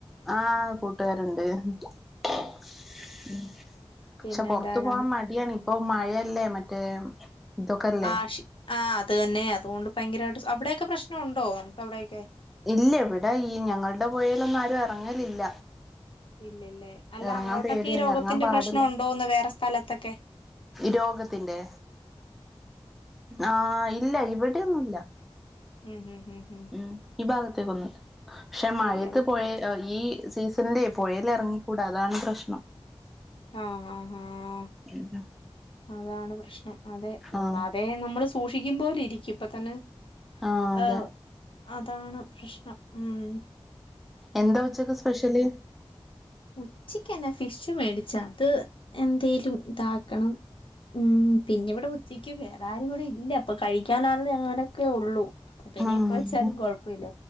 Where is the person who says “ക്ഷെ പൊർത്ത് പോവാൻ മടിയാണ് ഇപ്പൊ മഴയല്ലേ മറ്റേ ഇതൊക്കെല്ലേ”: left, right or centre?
Centre